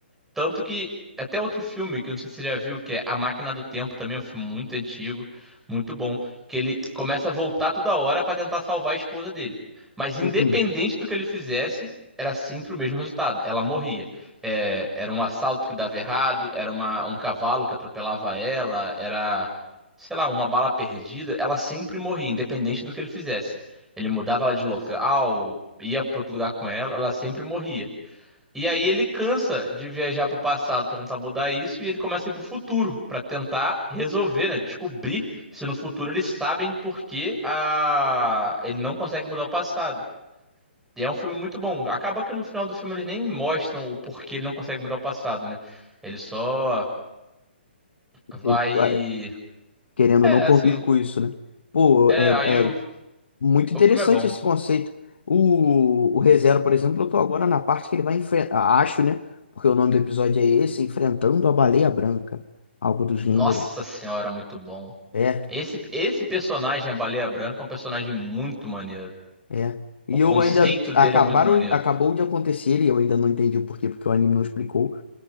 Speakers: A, in the centre; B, on the left.
A: Tanto que até outro filme que eu não sei se você já viu, que é A Máquina do Tempo, também é um filme muito antigo, muito bom, que ele começa a voltar toda hora pra tentar salvar a esposa dele. Mas independente
B: Uhum.
A: do que ele fizesse, era sempre o mesmo resultado. Ela morria. É, era um assalto que dava errado, era uma- um cavalo que atropelava ela, era, sei lá, uma bala perdida. Ela sempre morria, independente do que ele fizesse. Ele mudava ela de local, ia pra outro lugar com ela, ela sempre morria. E aí ele cansa de viajar para o passado para tentar mudar isso e ele começa a ir pro futuro para tentar resolver, né? Descobrir se no futuro eles sabem por que a... ele não consegue mudar o passado. E é um filme muito bom. Acaba que no final do filme eles nem mostram o porquê ele não consegue mudar o passado, né? Ele só vai.
B: Ele, ah, querendo
A: É,
B: ou não, convive
A: assim.
B: com isso, né? Pô,
A: É,
B: é,
A: aí o,
B: é muito
A: o
B: interessante
A: filme é bom.
B: esse conceito. O, o ReZero, por exemplo, eu tô agora na parte que ele vai enfrentar. Acho, né? Porque o nome do episódio é esse, Enfrentando a Baleia Branca. Algo do gênero.
A: Nossa senhora, muito bom.
B: É,
A: Esse, esse personagem, a Baleia Branca, é um personagem muito maneiro.
B: é. E
A: O conceito
B: eu ainda
A: dele
B: acabaram,
A: é muito maneiro.
B: acabou de acontecer, e eu ainda não entendi o porquê, porque o anime não explicou.